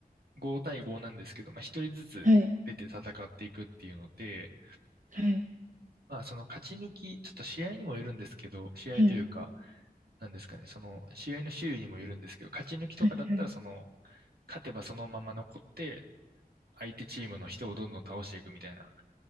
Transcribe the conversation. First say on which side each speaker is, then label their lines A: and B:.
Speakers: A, on the right (about 75°); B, on the right (about 55°).
A: 5対5なんですけど、まあ1人ずつ出て戦っていくっていうので、
B: はい、はい、
A: まあその勝ち抜き、ちょっと試合にもよるんですけど、試合というか、
B: はい、
A: なんですかね、その試合の種類にもよるんですけど、勝ち抜きとかだったらその、
B: はい、はい。
A: 勝てばそのまま残って、相手チームの人をどんどん倒していくみたいな、